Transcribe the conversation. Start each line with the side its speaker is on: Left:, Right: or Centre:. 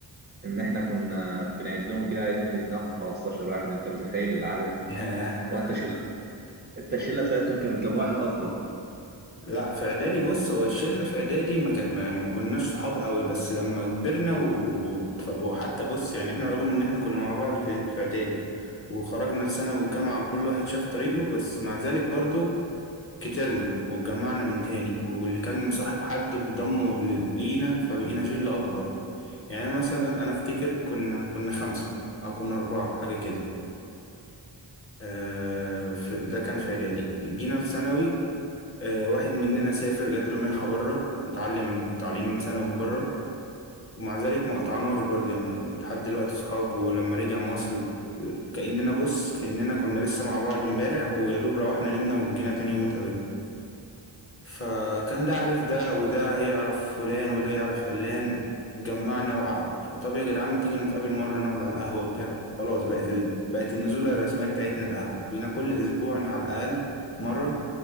Right: إن احنا كنا بنعدهم كده عدنا لقيناهم 15 واحد أنت متخيل العدد
Left: ياه.
Right: هو أنت الشلة أنت الشلة بتاعتكم كانت كام واحد أصلا؟
Left: لا في اعدادي بص هو الشلة في اعدادي ما كان ما ما كناش صحاب قوي بس لما كبرنا و... وتف- وحتى بص يعني احنا رغم ان احنا كنا مع بعض في, في اعدادي وخرجنا لثانوي والجامعة وكل واحد شاف طريقه بس مع ذلك برضو كترنا واتجمعنا من تاني واللي كان مصاحب حد بضمه ل- لينا فبقينا شلة اكبر يعني مثلا انا افتكر كنا كنا خمسة او كنا اربعة حاجة كده آه في ده كان في اعدادي جينا في ثانوي آه واحد مننا سافر جات له منحة بره يتعلم تعليم ثانوي بره ومع ذلك ما قطعناش برضه يعني لحد دلوقتي صحاب ولما رجع مصر آه، كأننا بص كأننا كنا لسه مع بعض امبارح ويا دوب روحنا نمنا وجينا تاني يوم اتقابلنا فكان ده عارف ده وده يعرف فلان وده يعرف علان جمعنا وقع- وطب يا جدعان ما تيجوا نتقابل مرة نقعد على القهوة بتاع خلاص بقت ال... بقت النزولة الرسمية بتاعتنا القهوة بينا كل أسبوع على الأقل مرة